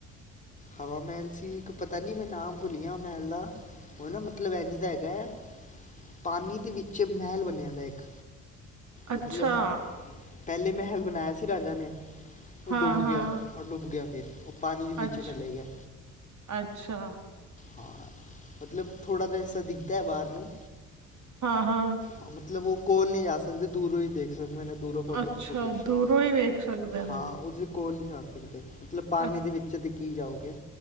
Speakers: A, on the left (about 20°); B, on the right (about 50°).
A: ਹਵਾ ਮਹਿਲ ਸੀ ਇੱਕ ਪਤਾ ਨੀ ਮੈਂ ਨਾਮ ਭੁੱਲ ਗਿਆ ਮਹਿਲ ਦਾ ਉਹ ਨਾ ਮਤਲਬ ਇੰਝ ਦਾ ਹੈਗਾ ਆ ਪਾਣੀ ਦੇ ਵਿੱਚ ਮਹਿਲ ਬਨਿਆ ਦੈ ਇੱਕ
B: ਅੱਛਾ,
A: ਮਤਲਬ ਪਹਿਲੇ ਮਹਿਲ ਬਣਾਇਆ ਸੀ ਰਾਜਾ ਨੇ ਉਹ
B: ਹਾਂ-ਹਾਂ,
A: ਡੁੱਬ ਗਿਆ ਓ ਡੁੱਬ ਗਿਆ ਫਿਰ ਉਹ ਪਾਣੀ ਦੇ ਵਿੱਚੇ
B: ਅੱਛ
A: ਚਲੇ ਗਿਆ
B: ਅੱਛਾ,
A: ਹਾਂ ਮਤਲਬ ਥੋੜ੍ਹਾ ਤਾਂ ਹਿੱਸਾ ਦਿਖਦਾ ਬਾਹਰ ਨੂੰ
B: ਹਾਂ-ਹਾਂ
A: ਹਾਂ ਮਤਲਬ ਉਹ ਕੋਲ ਨਹੀਂ ਜਾ ਸਕਦੇ ਦੂਰੋਂ ਹੀ ਦੇਖ ਸਕਦੇ ਨੇ ਦੂਰੋਂ ਫੋਟੋ-ਫੋਟੋ
B: ਅੱਛਾ
A: ਖਿਚੋ
B: ਦੂਰੋਂ ਹੀ ਵੇਖ ਸਕਦੇ
A: ਹਾਂ ਓਦੇ ਕੋਲ ਨਹੀਂ ਜਾ ਸਕਦੇ ਮਤਲਬ ਪਾਣੀ
B: ਅਛ
A: ਦੇ ਵਿੱਚ ਤੇ ਕੀ ਜਾਓਗੇ